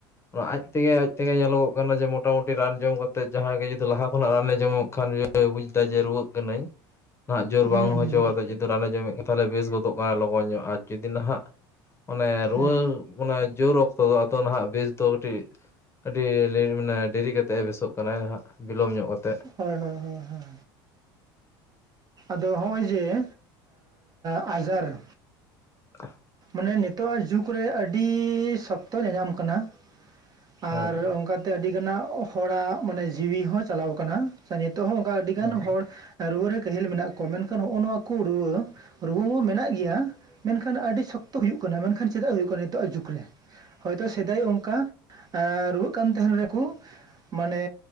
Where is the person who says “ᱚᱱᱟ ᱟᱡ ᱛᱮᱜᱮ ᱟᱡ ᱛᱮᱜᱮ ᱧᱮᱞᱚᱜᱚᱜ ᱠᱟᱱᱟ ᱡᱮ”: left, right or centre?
Left